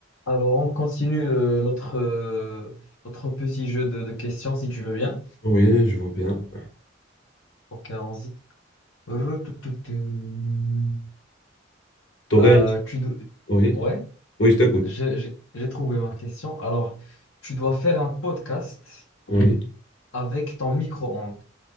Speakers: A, on the left; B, on the left.
A: Alors, on continue euh, notre, euh, notre petit jeu de, de questions, si tu veux bien.
B: Oui, je vois bien.
A: Ok, allons-y. Retoutoutoutou.
B: T'aurais
A: Euh,
B: un...
A: tu dois-
B: Oui,
A: Ouais,
B: oui, je t'écoute.
A: j'ai j'ai- j'ai trouvé ma question. Alors, tu dois faire un podcast
B: Oui.
A: avec ton micro-ondes.